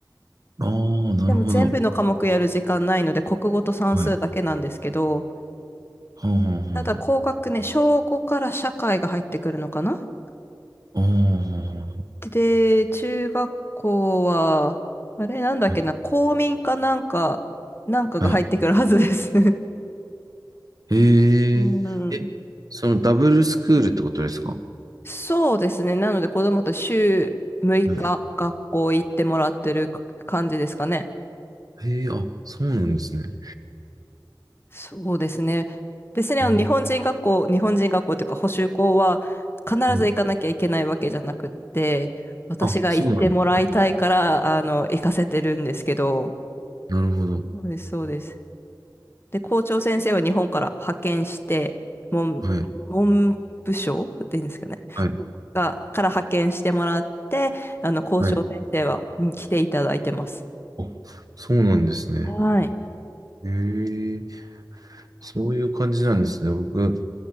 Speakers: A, on the right (about 55°); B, on the left (about 30°).
A: ああ、なるほど。
B: でも全部の科目やる時間ないので、国語と算数だけなんですけど、
A: はい。はあ、は
B: ただ高学年、小5から社会が入ってくるのかな
A: あ、はあ、はあ。ああ、はあは
B: で、中学校は、あれなんだっけな、
A: あは
B: 公民かなんか、なんかが入ってくるはずです。
A: あへえ、
B: う
A: え、
B: ん、
A: そのダブルスクールってことですか
B: そうですね。なので子供と週6日学校行ってもらってるか感じですかね。
A: うん。へえ、あ、そうなんですね。
B: そうですね。別にあの日本人学校、
A: へえ、
B: 日本人学校というか補習校は必ず行かなきゃいけないわけじゃなくって、
A: ね
B: 私が行ってもらいたいから、
A: あ、そうなんだ。
B: あの、行かせてるんですけど、
A: なるほど。
B: そうです、そうです。で、校長先生は日本から派遣して、文、
A: はい、
B: 文部省っていうんですかね。
A: はい、
B: が、から派遣してもらって、あの、校長先生は、
A: はい。
B: うん来ていただいてます。
A: あ、そうなんですね。
B: はい。
A: へえ、そういう感じなんですね。僕、